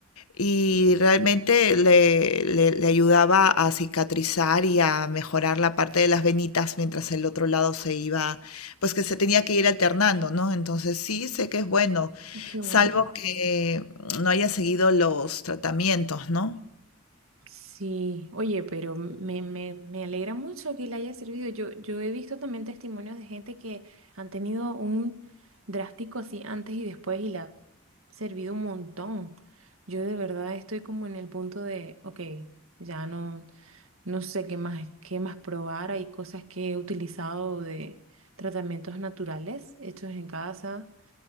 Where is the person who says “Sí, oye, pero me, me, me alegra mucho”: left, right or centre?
Right